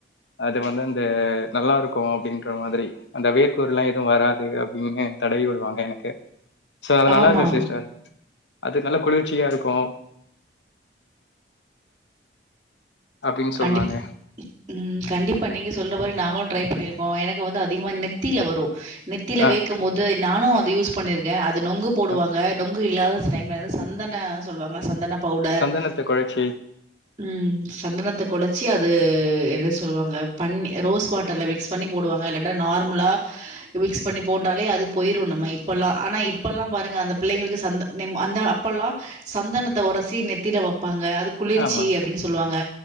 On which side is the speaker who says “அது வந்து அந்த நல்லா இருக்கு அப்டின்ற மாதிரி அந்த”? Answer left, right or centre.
Left